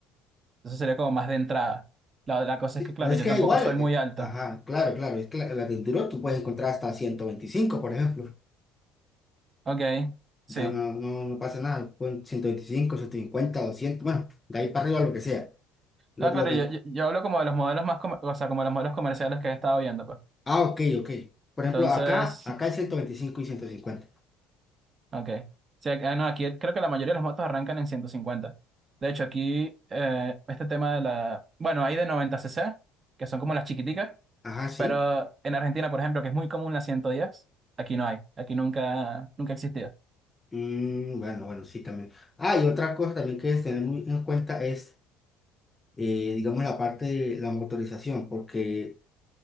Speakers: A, on the right; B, on the left.
A: entonces sería como más de entrada. La, la cosa
B: sí,
A: es que, claro,
B: no es
A: yo
B: que
A: tampoco
B: igual,
A: soy muy
B: eh,
A: alto,
B: ajá, claro, claro, es que la, la de enduro tú puedes encontrar hasta 125 por ejemplo.
A: ok, sí.
B: O sea, no, no, no pasa nada, pon 125, 150 200 bueno, de ahí para arriba lo que sea. Lo,
A: No, claro,
B: lo que...
A: yo, yo, yo hablo como de los modelos más, comer- o sea, como de los modelos comerciales que he estado viendo, pues.
B: Ah, ok, ok. Por ejemplo,
A: Entonces,
B: acá, acá es 125 y 150.
A: ok. Sí, ac- ah, no, aquí creo que la mayoría de las motos arrancan en ciento cincuenta De hecho, aquí eh, este tema de la... Bueno, hay de noventa cc que son como las chiquiticas,
B: Ajá, sí.
A: pero en Argentina, por ejemplo, que es muy común la 110 aquí no hay. Aquí nunca, nunca ha existido.
B: Mm, bueno, bueno, sí, también. Ah, y otra cosa también que es tener muy en cuenta es, eh, digamos, la parte de la motorización, porque,